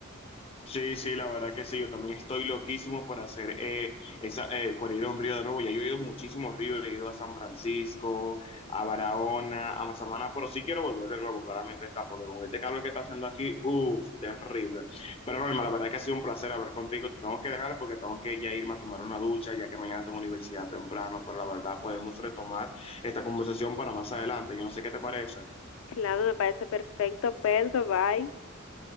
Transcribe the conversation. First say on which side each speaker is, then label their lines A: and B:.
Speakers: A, on the left; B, on the left.
A: Sí, sí, la verdad que sí, yo también estoy loquísimo por hacer eh, esa, eh, por ir a un río de nuevo. Ya yo he ido a muchísimos ríos, he ido a San Francisco, a Barahona, a Mazamana, pero sí quiero volver de nuevo, claramente está, porque con este calor que está haciendo aquí, uff, terrible. Pero Norma, la verdad que ha sido un placer hablar contigo. Te tengo que dejar porque tengo que ya irme a tomar una ducha, ya que mañana tengo universidad temprano, pero la verdad podemos retomar esta conversación para más adelante. Yo no sé qué te parece.
B: Claro, me parece perfecto, Pedro, bye.